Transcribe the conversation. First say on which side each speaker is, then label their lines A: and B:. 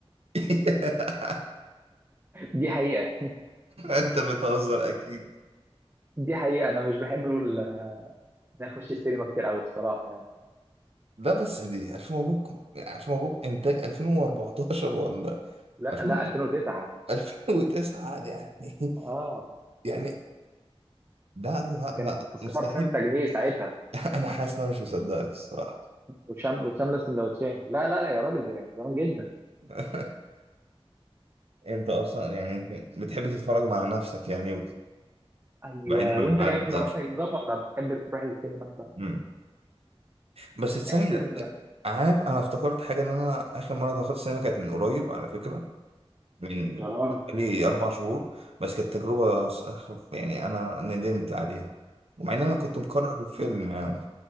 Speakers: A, on the right; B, on the right.
A: <laughs>
B: دي حقيقه
A: انت بتهزر اكيد
B: دي حقيقه انا مش بحب ال- نخش السينما كتير قوي بصراحه يعني
A: لا بس دي ألف مبروك ألف مبروك إنتاج 2014 ولا
B: لا
A: 2000
B: لا 2009
A: 2009 دي يعني
B: اه
A: <laughs> يعني لا لا
B: كانت
A: لا
B: التذكره
A: مستحيل
B: ب 5 جنيه ساعتها
A: <laughs> أنا حاسس إن أنا مش مصدقك الصراحة
B: وشام وشامله سندوتشين لا لا لا يا راجل زمان زمان جدا
A: <laughs> أنت أصلا يعني أنت بتحب تتفرج مع نفسك يعني
B: ايوه
A: بعيد
B: وانت
A: عن
B: كمان
A: المعاد
B: نفس النظام ولا بتحب تروح السينما مثلا؟
A: مم. بس الثانية
B: بحس ان
A: عارف أنا افتكرت حاجة إن أنا آخر مرة دخلت السينما كانت من قريب على فكرة من
B: اه
A: حوالي أربع شهور بس كانت تجربة ص- يعني أنا ندمت عليها ومع إن أنا كنت مكرر الفيلم يعني